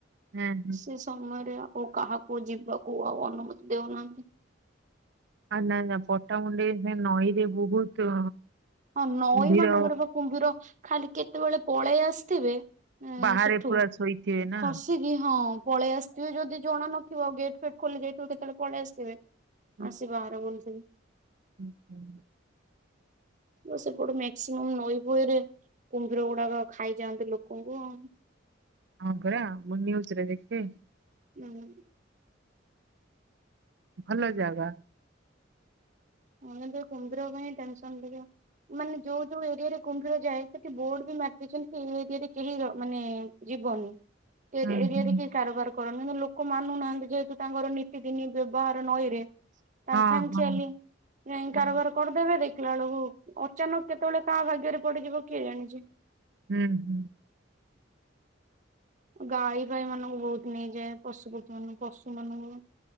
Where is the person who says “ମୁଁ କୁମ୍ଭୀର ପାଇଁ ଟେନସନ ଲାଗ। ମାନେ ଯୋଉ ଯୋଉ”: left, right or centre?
Right